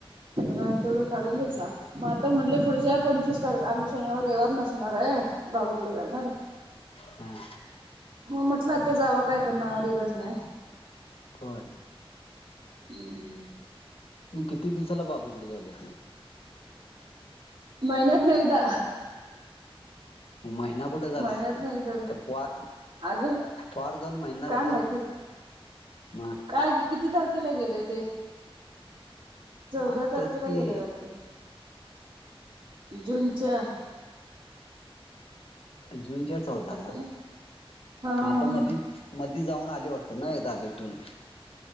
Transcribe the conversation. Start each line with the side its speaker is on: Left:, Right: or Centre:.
Right: रान तेवढं काढून घेतला. म आता म्हणलं पुढच्या पंचवीस तारख आम्ही शनिवार रविवार नसणाराय बाबूकडं जाणार आहे.
Left: हम्म
Right: म म्हटलं आता जावा काय करणार इलाजच नाय.
Left: होय.
Right: हम्म
Left: म किती दिवसाला बाबूकडं जाऊन येते.
Right: महिन्यातनं एकदा.
Left: महिना कुठं झाला
Right: महिन्यात
Left: अजून
Right: ना एकदा
Left: ते पार
Right: अजून
Left: पॉर जाऊन महिनाच
Right: काय
Left: आहे,
Right: माहिती
Left: मग
Right: काय किती तारखेला गेलय ते चौदा
Left: आताच
Right: तारखेला
Left: कि
Right: गेलय वाटत. जुनच्या
Left: जुूनच्या चौदाला
Right: ना हा
Left: म आता मधीच मधी जाऊन आले वाटते ना एकदा भेटून